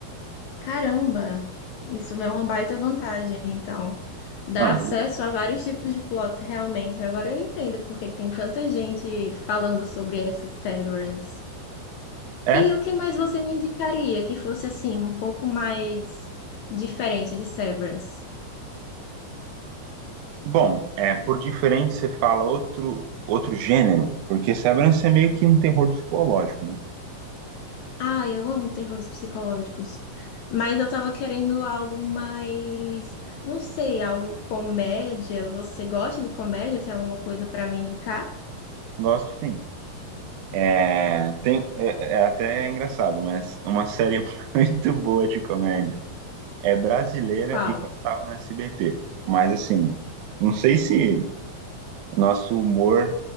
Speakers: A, on the left; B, on the right.
A: caramba, isso é uma baita vantagem, então. Dá
B: Não,
A: acesso
B: de-
A: a vários tipos de plots, realmente. Agora eu entendo porque tem tanta gente falando sobre essa Severance.
B: é
A: E o que mais você me indicaria que fosse assim, um pouco mais diferente de Severance?
B: bom, é por diferente você fala outro outro gênero, porque Severance é meio que um terror psicológico, né?
A: Ah, eu amo terrores psicológicos. Mas eu tava querendo algo mais, não sei, algo comédia. Você gosta de comédia? Tem alguma coisa pra me indicar?
B: Gosto sim. É, tem, é, é até engraçado, mas é uma série <laughs> muito boa de comédia. É brasileira
A: Qual?
B: e passava no SBT. Mas assim, não sei se nosso humor